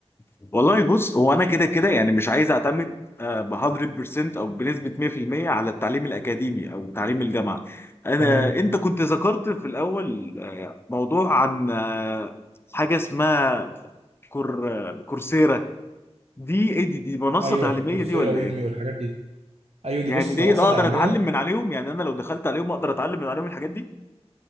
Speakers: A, on the left; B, on the right.
A: والله بص هو انا كده كده يعني مش عايز اعتمد آه، ب 100% او بنسبه 100% على التعليم الاكاديمي او تعليم الجامعه انا
B: تمام
A: انت كنت ذكرت في الاول آه، موضوع عن آه، حاجه اسمها كور آه، كورسيرا دي ايه دي دي منصه
B: ايوه
A: تعليميه
B: كورسيرا
A: دي ولا
B: ويودمي
A: ايه
B: والحاجات دي ايوه دي
A: يعني
B: بص
A: دي
B: منصه
A: اقدر
B: تعليميه
A: اتعلم من عليهم يعني انا لو دخلت عليهم اقدر اتعلم من عليهم الحاجات دي